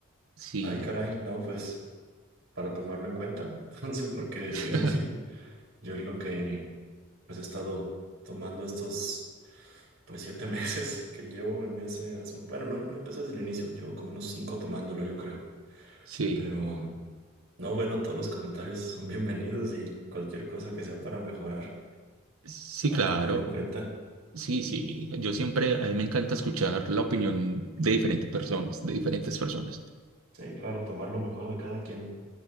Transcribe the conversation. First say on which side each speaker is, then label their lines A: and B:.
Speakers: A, on the right; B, on the right.
A: Sí.
B: Ay, caray, no, pues para tomarlo en cuenta. <laughs> Entonces, porque
A: <laughs>
B: sí, sí, sí. Yo es lo que pues he estado tomando estos pues siete <laughs> meses que llevo en ese asunto. Bueno, no, no empecé desde el inicio, llevo como unos cinco tomándolo, yo creo.
A: Sí,
B: Pero no, bueno, todos los comentarios <laughs> son bienvenidos y cualquier cosa que sea para mejorar,
A: sí,
B: para
A: claro.
B: tomarlo en cuenta.
A: Sí, sí. Yo siempre, a mí me encanta escuchar la opinión de diferentes personas, de diferentes personas.
B: Sí, claro, tomar lo mejor de cada quien.